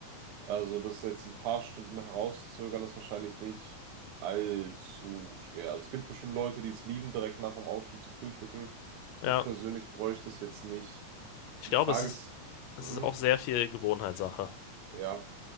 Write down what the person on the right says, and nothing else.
Also das jetzt ein paar Stunden herauszögern, ist wahrscheinlich nicht allzu schwer. Also, es gibt bestimmt Leute, die es lieben, direkt nach dem Aufstehen zu frühstücken.
Ich persönlich bräuchte es jetzt nicht.
Die
Frage
ist,
Mhm.
Ja,